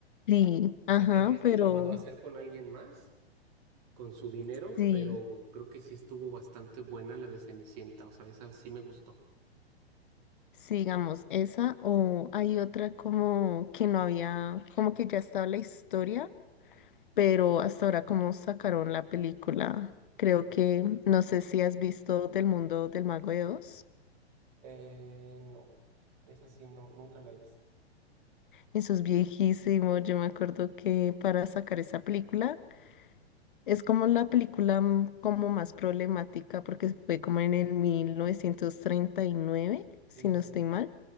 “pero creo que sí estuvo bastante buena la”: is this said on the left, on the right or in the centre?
Right